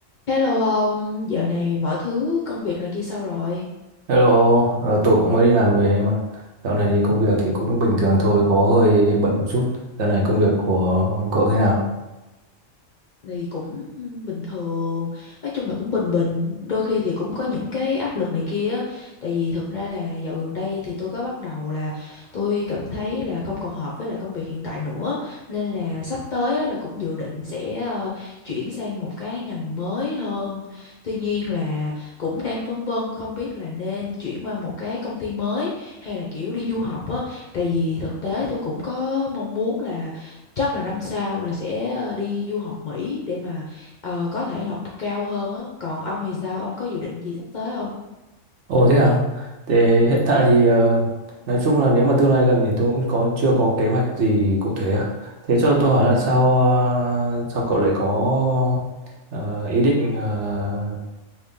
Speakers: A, on the left; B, on the right.
A: Hello ông, giờ này mọi thứ công việc này kia sao rồi?
B: Hello, ờ, tôi cũng mới đi làm về mà. Dạo này thì công việc thì cũng bình thường thôi, có hơi bận một chút. Dạo này công việc của cậu thế nào?
A: thì cũng bình thường nói chung là cũng bình bình đôi khi thì cũng có những cái áp lực này kia á. tại vì thực ra là dạo gần đây thì tôi có bắt đầu là tôi cảm thấy là không còn hợp với lại công việc hiện tại nữa nên là sắp tới á, là cũng dự định sẽ ờ, chuyển sang một cái ngành mới hơn tuy nhiên là cũng đang phân vân không biết là nên chuyển qua một cái công ty mới hay là kiểu đi du học á tại vì thực tế tôi cũng có mong muốn là chắc là năm sau là sẽ ờ, đi du học Mỹ để mà ờ, có thể học cao hơn á còn ông thì sao ông có dự định gì sắp tới không
B: Ồ thế à? Thế hiện
A: Ừ.
B: tại thì ờ, nói chung là nếu mà tương lai gần thì tôi cũng có chưa có kế hoạch gì cụ thể á. Thế cho tôi hỏi là
A: Ừ.
B: sao ờ, sao cậu lại có ờ, ý định ờ,